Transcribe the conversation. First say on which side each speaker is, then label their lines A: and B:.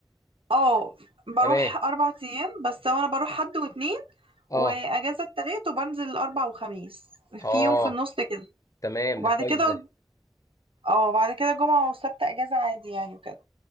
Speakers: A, on the right (about 80°); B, on the left (about 40°).
A: اه بروح
B: تمام
A: اربع ايام بس انا بروح حد واتنين
B: أه
A: واجازه التلات وبنزل الاربع وخميس
B: أه
A: في يوم في النص كده
B: تمام
A: وبعد
B: ده كويس
A: كده
B: ده
A: اه بعد كده جمعه وسبت اجازه عادي يعني وكده